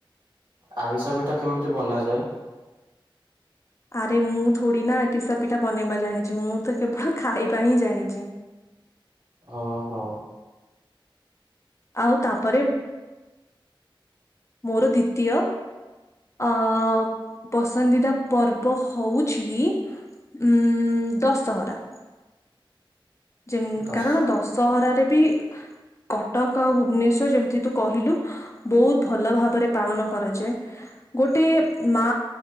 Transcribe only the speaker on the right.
ଆରିସା ପିଠା କେମିତି ବନାଯାଏ?
ଓହୋ।
ଦଶ